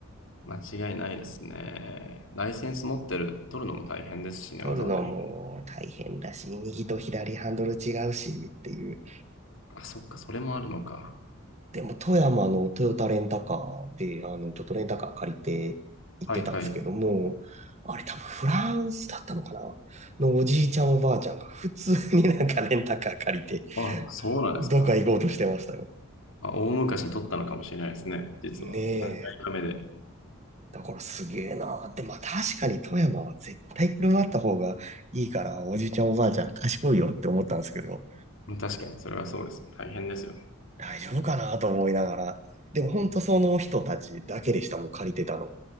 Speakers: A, on the left; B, on the right.
A: 間違いないですね。ライセンス持ってる、取るのも大変ですしね、
B: 取るのも大変だし、
A: わざわざ日
B: 右と左ハンドル違うしっていう。
A: 本。あ、そっか、それもあるのか。
B: でも富山のトヨタレンタカーで、あの、ちょっとレンタカー借りて行ってたんですけども、
A: はいはい。
B: あれ多分フランスだったのかなのおじいちゃんおばあちゃんが普通になんかレンタカー借りて、
A: あ、そうなんですか。
B: どっか行こうとしてましたよ。
A: まあ、大昔に取ったのかもしれないですね、実は。
B: ねえ、
A: 何回か目で。
B: だからすげえなーって、まあ確かに富山は絶対車あった方がいいから、おじいちゃんおばあちゃん賢いよって思ったんですけど、
A: うん確かに、それはそうですね。大変ですよね。
B: 大丈夫かなと思いながら、でも本当その人たちだけでした、もう借りてたの。